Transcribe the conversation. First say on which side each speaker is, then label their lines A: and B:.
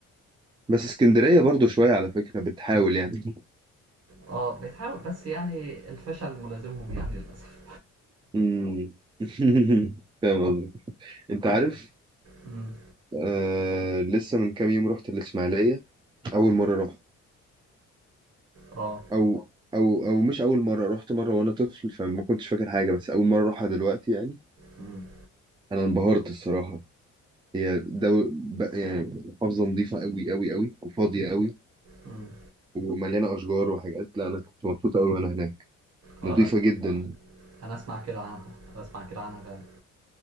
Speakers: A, on the right; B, on the right.
A: بس اسكندرية برضو شوية على فكرة بتحاول يعني
B: اه بتحاول بس يعني الفشل ملازمهم يعني للاسف
A: امم <laughs> فاهم قصدك انت عارف
B: امم
A: آه لسه من كام يوم رحت الإسماعيلية أول مرة رحت
B: اه
A: أو أو أو مش أول مرة رحت مرة وأنا طفل فما كنتش فاكر حاجة بس أول مرة أروحها دلوقتي يعني
B: امم
A: أنا انبهرت الصراحة هي دو... ب... يعني محافظة نظيفة أوي أوي أوي وفاضية أوي
B: امم
A: ومليانة أشجار وحاجات لا أنا كنت مبسوط أوي وأنا هناك
B: اه
A: نضيفة
B: لا
A: جدا
B: انا اسمع كده عنها انا اسمع كده عنها فعلا